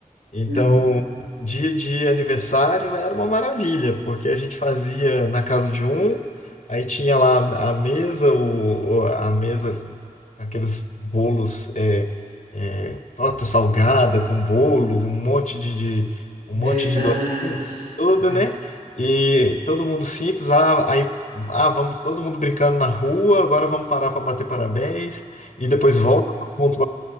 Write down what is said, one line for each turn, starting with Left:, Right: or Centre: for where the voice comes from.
Left: Então,
Right: uhum.
Left: dia de aniversário era uma maravilha, porque a gente fazia na casa de um, aí tinha lá a mesa, o, o- a mesa, com aqueles bolos, é, é, torta salgada com bolo, um monte de, de- um
Right: Verdade.
Left: monte de docinho, tudo,
Right: Ah,
Left: né? E todo mundo simples, ah, aí ah, vamos todo mundo brincando na rua, agora vamos parar para bater parabéns, e depois volta todo mundo